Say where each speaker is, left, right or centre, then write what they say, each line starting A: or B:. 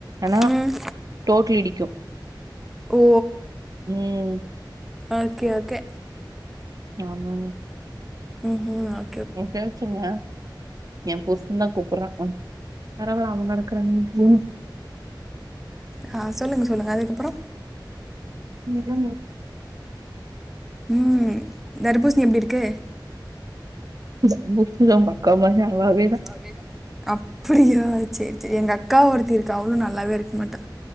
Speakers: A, on the right; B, in the centre.
A: ஏனா
B: ம்
A: டோட்ல் இடி
B: ஓ
A: ம்
B: ஓகே ஓகே
A: ஆமா
B: உஹூம் அ
A: எப்பாச்சிங்க எ புருச தா கூப்பறா பரவல அவன் கடக்குறா நீ போ
B: ஆ சொல்லுங்க சொல்லுங்க அதுக்கப்ற
A: நெஜு
B: ம் தர்பூசணி எப்டிருக்கு
A: இந்த புக்கு தா அவங்க அக்கா மாரி நல்லாவே இல்ல
B: அவேதா அப்டியா சேரி சேரி எங்க அக்கா ஒருத்தி இருக்கா அவளு நல்லாவே இருக்க மாட்டா